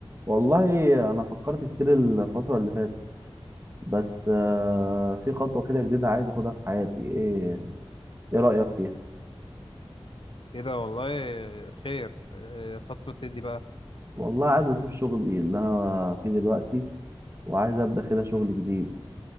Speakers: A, on the right; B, on the left.
A: والله انا فكرت كتير الفتره اللي فاتت بس آه، في خطوه كده جديده عايز اخدها في حياتي ايه ايه رايك فيها
B: ايه ده والله خير إيه خطوة ايه دي بقى
A: والله عايز اسيب شغلي اللي انا فيه دلوقتي وعايز ابدا كده شغل جديد